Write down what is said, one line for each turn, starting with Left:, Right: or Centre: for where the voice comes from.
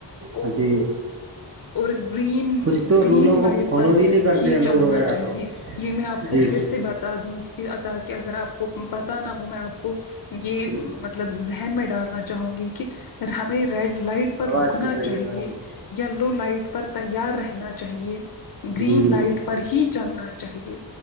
Left: اور
Right: ہاں جی
Left: اور گرین
Right: کچھ تو
Left: گرین
Right: رولوں
Left: لائٹ
Right: کو فالو
Left: پر
Right: بھی نہیں کرتے
Left: ہی
Right: ہیں لوگ
Left: چلنا
Right: وغیرہ
Left: چاہیے
Right: تو
Left: یہ میں آپ کو
Right: جی
Left: پھر سے بتا دوں کہ تاک اگر آپ کو پت نہ ہو میں آپ کو یہ
Right: جی
Left: مطلب ذہن میں ڈالنا چاہوں گی کہ ہمیں ریڈ لائٹ پر
Right: آواز
Left: رکنا
Right: کٹ رہی
Left: چاہیے
Right: ہے میڈم جی
Left: یلو لائٹ پر تیار رہنا چاہیے گرین
Right: جی
Left: لائٹ
Right: بالکل
Left: پر ہی چلنا چاہیے